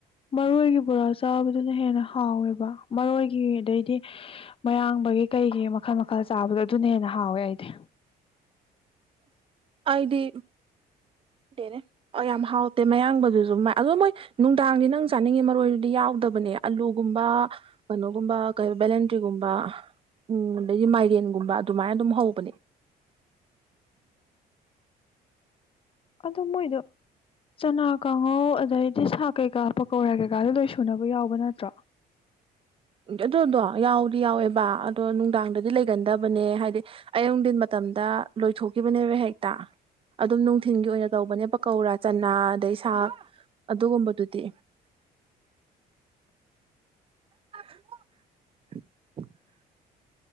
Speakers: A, on the left; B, on the right.
A: ꯃꯔꯣꯏꯒꯤ ꯕꯣꯔꯥ ꯆꯥꯕꯗꯨꯅ ꯍꯦꯟꯅ ꯍꯥꯎꯋꯦꯕ ꯃꯔꯣꯏꯒꯤ ꯑꯗꯩꯗꯤ ꯃꯌꯥꯡꯕꯒꯤ ꯀꯩꯒꯤ ꯃꯈꯜ ꯃꯈꯜ ꯆꯥꯕꯗꯣ ꯑꯗꯨꯅ ꯍꯦꯟꯅ ꯍꯥꯎꯋꯦ ꯑꯩꯗꯤ
B: ꯑꯩꯗꯤ ꯗꯦꯅꯦ ꯑ ꯌꯥꯝ ꯍꯥꯎꯇꯦ ꯃꯌꯥꯡꯕꯗꯨꯖꯨ ꯃ ꯑꯗꯨ ꯃꯣꯏ ꯅꯨꯡꯗꯥꯡꯗꯤ ꯅꯪ ꯆꯥꯅꯤꯡꯉꯤ ꯃꯔꯣꯏꯗꯨꯗꯤ ꯌꯥꯎꯗꯕꯅꯦ ꯑꯂꯨꯒꯨꯝꯕ ꯀꯩꯅꯣꯒꯨꯝꯕ ꯀ ꯕꯦꯂꯦꯟꯗ꯭ꯔꯤꯒꯨꯝꯕ ꯎꯝ ꯑꯗꯩꯗꯤ ꯃꯥꯏꯔꯦꯟꯒꯨꯝꯕ ꯑꯗꯨꯃꯥꯏꯅ ꯑꯗꯨꯝ ꯍꯧꯕꯅꯤ
A: ꯑꯗꯨ ꯃꯣꯏꯗꯣ ꯆꯅꯥ ꯀꯥꯡꯍꯧ ꯑꯗꯩꯗꯤ ꯁꯥꯥꯛ ꯀꯩꯀꯥ ꯄꯧꯀꯧꯔꯥ ꯀꯩꯀꯥꯗꯨ ꯂꯣꯏ ꯁꯨꯅꯕ ꯌꯥꯎꯕ ꯅꯠꯇ꯭ꯔꯣ
B: ꯑꯗꯨꯗꯣ ꯌꯥꯎꯗꯤ ꯌꯥꯎꯋꯦ ꯕ ꯑꯗꯣ ꯅꯨꯡꯗꯥꯡꯗꯗꯤ ꯂꯩꯒꯟꯗꯕꯅꯦ ꯍꯥꯏꯗꯤ ꯑꯌꯨꯛ ꯗꯤꯟ ꯃꯇꯝꯗ ꯂꯣꯏꯊꯣꯛꯈꯤꯕꯅꯦꯕ ꯍꯦꯛꯇ ꯑꯗꯨꯝ ꯅꯨꯡꯊꯤꯟꯒꯤ ꯑꯣꯏꯅ ꯇꯧꯕꯅꯦ ꯄꯀꯧꯔꯥ ꯆꯅꯥ ꯑꯗꯩ ꯁꯥꯛ ꯑꯗꯨꯒꯨꯝꯕꯗꯨꯗꯤ <inaudible>